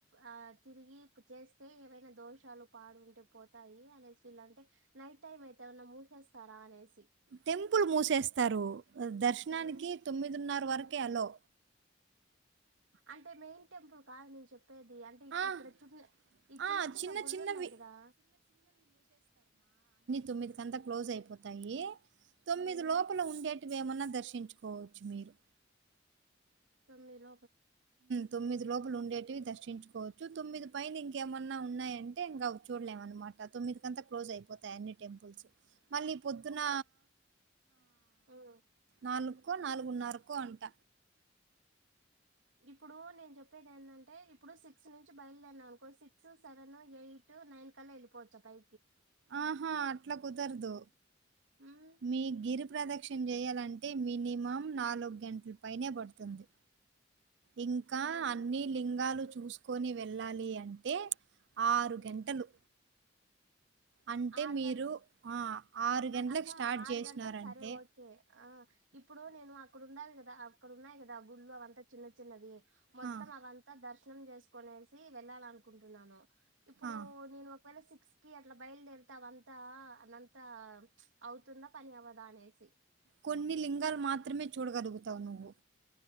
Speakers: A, on the right; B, on the right.
A: ఆ తిరిగి చేస్తే ఏవైనా దోషాలు పాడుంటె పోతాయి అనేసి ఇలాంటే నైట్ టైం అయితే ఏమన్నా మూసేస్తారా అనేసి
B: టెంపుల్ మూసేస్తారు. దర్శనానికి
A: ఉమ్
B: తొమ్మిదిన్న వరకే అల్లో
A: అంటే మెయిన్ టెంపుల్ కాదు నేను ప్పేది అంటే
B: ఆ!
A: ఇక్కడ చున్న ఈ
B: ఆ!
A: చిన్న చిన్న గుళ్ళు
B: చిన్నవి.
A: ఉన్నాయి కదా
B: తొమ్మిది కంతా క్లోజ్ అయిపోతాయి. తొమ్మిది
A: ఉమ్
B: లోపల ఏమన్నా దర్శించుకోవచ్చు మీరు
A: స మీరు
B: తొమ్మిది లోపల ఉండేవి దర్శించు కోవచ్చు తొమ్మిది పైన ఇంకేమన్నా ఉన్నాయంటే ఇంకా చూడలేం అనమాట తొమ్మిది కంతా క్లోజ్ అయిపోతాయి అన్ని టెంపుల్స్ మళ్ళీ పొద్దున
A: ఒక ఉమ్
B: నాలుగు కో నాలుగున్నరకో అంట
A: ఇప్పుడు నేను చెప్పేది ఏంటంటే ఇప్పుడు సిక్స్ నుంచి బయలుదేనా అనుకో సిక్స్ సెవెన్ ఎయిట్ నైన్ కల్లా వెళ్ళిపోవచ్చ బై
B: ఆహా అట్లా కుదరదు
A: ఉమ్
B: మీ గిరి ప్రదక్షణ చేయాలంటే మినిమం నాలుగు గంటల పైనే పడుతుంది ఇంకా
A: నాలుగు
B: అన్ని లింగాలు చూసుకొని వెళ్ళాలి అంటే ఆరు
A: ఉమ్
B: గంటలు అంటే
A: ఆరు
B: మీరు
A: గంట
B: ఆ! గంటలకు
A: అక్క
B: స్టార్ట్
A: ఆరు
B: చేసినారంటే
A: గంటలు సరే ఓకే ఆ ఇప్పుడు నేను అక్కడ ఉన్నావి కదా అక్కడ ఉన్నాయి కదా గుళ్ళు అవంతా చిన్న చిన్నవి మొత్తం
B: ఆ!
A: అంతా దర్శ ణం చేసుకునేసి వెళ్ళాల అనుకుంటున్నాను ఇప్పుడు
B: ఆ!
A: నేను ఒక సిక్స్టీ అట్లా బయలుదేరుతావ అంత అంతా అవుతుందా పని అవ్వదా అనేసి
B: కొన్ని లింగాలు మాత్రమే చూడగలుగుతావు నువ్వు